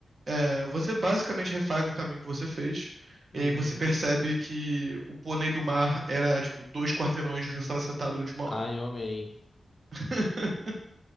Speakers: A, on the right; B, on the left.
A: É, você basicamente refaz o caminho que você fez, e
B: Uhum.
A: aí você percebe que o Pônei do Mar era tipo dois quarteirões onde você estava sentado durante uma hora.
B: Ai, eu amei.
A: <laughs>